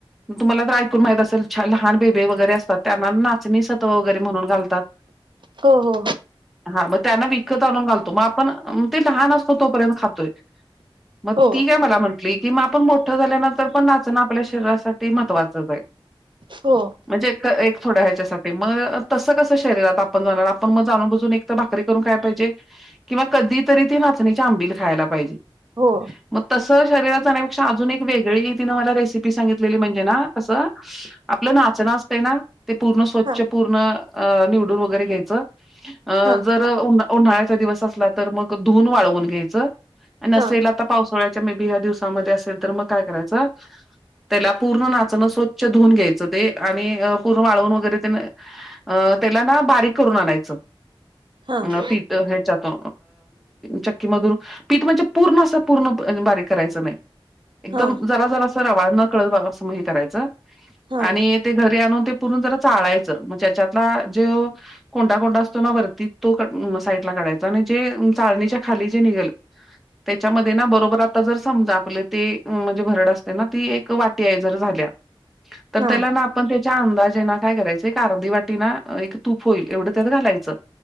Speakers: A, in the centre; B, on the right (about 55°).
A: तुम्हाला तर ऐकून माहित असेल लहान बेबे वगैरे असतात त्यांना नाचणी सत्व वगैरे ते म्हणून घालतात.
B: हो
A: हा मग त्यांना विकत आणून घालतो मग आपण ते लहान असतो तोपर्यंत खातोय. मग
B: हो हो
A: ती काय मला म्हटली की, मग आपण मोठं झाल्यानंतर पण आ पण आपल्या शरीरासाठी महत्वाचच हाय.
B: हो
A: म्हणजे एक... एक थोड्या ह्याच्यासाठी मग तसं कसं शरीरात आपण जाणार आपण मग जाणून -बुजून एक भाकरी करून खाय पाहिजे किंवा कधीतरी ती नाचणीची आंबील खायला पाहिजे.
B: हो
A: मग तसं शरीरात जाण्यापेक्षा अजून एक वेगळी तिनं मला रेसिपी सांगितलेली म्हणजे ना.. कसं आपलं नाचणंन असत ना... ते पूर्ण स्वच्छ
B: हा
A: पूर्ण अ.... निवडून वगैरे घ्यायचं. अ...
B: हा
A: जर उन्हा.. उन्हाळ्याचा दिवस असला तर मग धुऊन वाळवून घ्यायचं. नसेल
B: हा
A: आता पावसाळ्याच्या मे बी ह्या दिवसामध्ये असेल तर मग काय करायचं?
B: <inaudible>
A: त्याला पूर्ण नाचणं स्वच्छ धुवून घ्यायचं ते आणि पूर्ण अ... वाळवून वगैरे तेन अ.. त्याला ना बारीक करून आणायच, अ..
B: हा
A: पीठ हे अ.. चक्की मधून पीठ म्हणजे पूर्ण असं पूर्ण बारीक करायच नाही. एकदम
B: हा
A: जरा.. जरासा रवाळ नकळत बघा अस हे करायचं
B: हा
A: आणि ते घरी आणून ते पूर्ण जरा चाळायचं, मग त्याच्यातला जो कोंढा- कोंढा असतो ना वरती तो, साईट ला काढायचा आणि जे... चाळणीच्या खाली जे निघेल
B: <inaudible>
A: त्याच्यामध्ये ना बरोबर आता जर समजा आपले ते म्हणजे भरड असते ना ती एक वाटी आहे जर झाल्या तर
B: हा
A: त्याला ना आपण त्याच्या अंदाजे ना काय करायचं एक अर्धी वाटी ना एक तूप होईल एवढं त्यात घालायचं.